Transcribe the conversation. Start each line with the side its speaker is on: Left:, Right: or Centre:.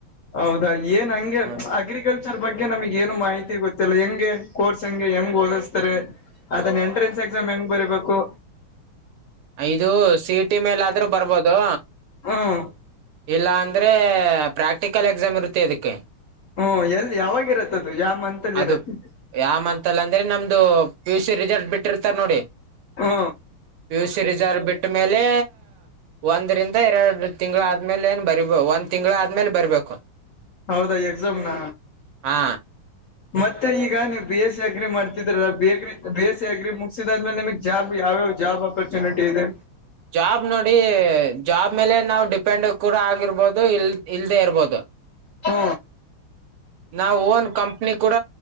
Left: ಹೌದಾ ಏನ್ ಹಂಗೆ
Right: ಹ
Left: ಅಗ್ರಿಕಲ್ಚರ್ ಬಗ್ಗೆ ನಮಿಗ್ ಏನು ಮಾಹಿತಿ ತಿಲ್ಲ, ಹೆಂಗೆ ಕೋರ್ಸ್ ಹೆಂಗೆ ಹೆಂಗ್ ಓದಸ್ತರೆ? ಅದನ್ನ ಎಂಟ್ರೆನ್ಸ್ ಎಕ್ಸಾಮ್ ಹೆಂಗ್ ಬರಿೀಬೇಕು
Right: ಇದು ಸಿಟಿ ಮೇಲಾದ್ರೂ ಬರ್ಬೋದು
Left: ಹ್ಮ್
Right: ಇಲ್ಲ ಅಂದ್ರೆ ಪ್ರಾಕ್ಟಿಕಲ್ ಎಕ್ಸಾಮ್ ಇರುತ್ತೆ ಅದಕ್ಕೆ
Left: ಹ್ಮ್ ಎಲ್ಲಿ ಯಾವಾಗ ಇರತ್ತದು ಯಾವ ಮಂತ್ ಅಲ್ಲಿ
Right: ಅದು
Left: ಇರತ್ತೆ
Right: ಯಾಮಂತಲ್ಲ ಅಂದ್ರೆ ನಮ್ದು ಯು ಸಿ ರಿಸಲ್ಟ್ ಬಿಟ್ಟಿರ್ತರ್ ನೋಡಿ
Left: ಹೂ
Right: ಪಿ ಯು ಸಿ ರಿಸಲ್ಟ್ ಬಿಟ್ಟ ಮೇಲೆ ಒಂದರಿಂದ ಎರಡು ತಿಂಗಳು ಆದ್ಮೇಲೆ ಏನ್ ಬರಿ ಒಂದ್ ತಿಂಗಳು ಆದ್ಮೇಲೆ ಬರ್ಬೇಕು
Left: ಹೌದಾ ಎಕ್ಸಾಮ್ ನ
Right: ಹಾ
Left: ಮತ್ತೆ ಈಗ ನೀವು ಬಿ ಎಸ್ ಸಿ ಅಗ್ರಿ ಮಾಡ್ತಿದ್ರ B agri B S C agri ಮುಗಸಿದಾದ್ಮೇಲೆ ನಿಮ್ಗ್ ಜಾಬ್ ಯಾವ್ಯಾವ ಜಾಬ್ ಅಪರ್ಚುನಿಟಿ ಇದೆ
Right: ಜಾಬ್ ನೋಡಿ ಜಾಬ್ ಮೇಲೆ ನಾವು ಡಿಪೆಂಡ್ ಕೂಡ ಆಗಿರ್ಬೋದು ಇಲ್ ಇಲ್ದೇ ಇರ್ಬೋದು
Left: ಹೂ
Right: ನಾವು ಓನ್ ಕಂಪ್ನಿ ಕೂಡ